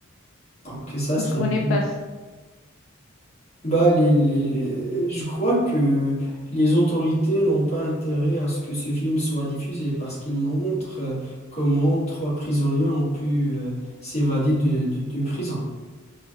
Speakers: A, on the left; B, on the left.
A: Donc ça, c'est
B: Je connais
A: un film.
B: pas
A: Bah, les, les- je crois que les autorités n'ont pas intérêt à ce que ce film soit diffusé parce qu'il montre euh, comment trois prisonniers ont pu euh, s'évader de- de- d'une prison.